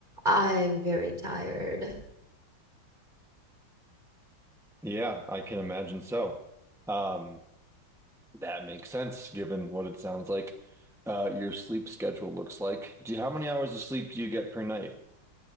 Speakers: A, on the right (about 20°); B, in the centre.
A: I am very tired.
B: Yeah, I can imagine so. Um, that makes sense given what it sounds like uh, your sleep schedule looks like. Do you, how many hours of sleep do you get per night?